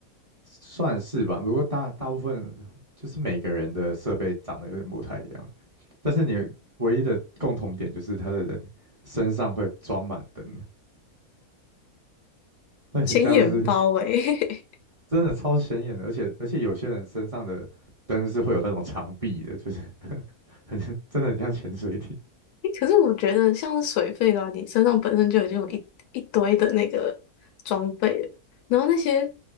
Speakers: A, on the right; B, on the left.
A: 算是吧，不过大大部分就是每个人的设备长得有点不太一样，但是你唯一的共同点就是他的人身上会装满灯，会很像是
B: 显眼包诶。<laughs>
A: 真的超显眼的，而且而且有些人身上的灯是会有那种长臂的，就是 <laughs> 很真的很像潜水艇。
B: 欸可是我觉得像是水费的话，你身上本身就已经有一一堆的那个装备了，然后那些